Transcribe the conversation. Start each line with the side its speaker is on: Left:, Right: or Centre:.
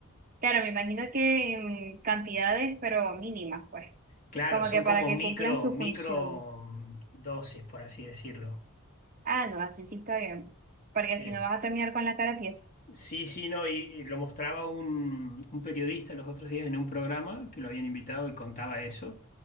Right: Claro, me imagino que en cantidades, pero mínimas, pues.
Left: Claro,
Right: Como
Left: son
Right: que
Left: como
Right: para que
Left: micro,
Right: cumplan su
Left: micro
Right: función.
Left: mm, dosis, por así decirlo.
Right: Ah, no, así sí está bien. Porque
Left: Este,
Right: si no vas a terminar con la cara tiesa.
Left: Sí, sí, no, y, y lo mostraba un, un periodista los otros días en un programa que lo habían invitado y contaba eso,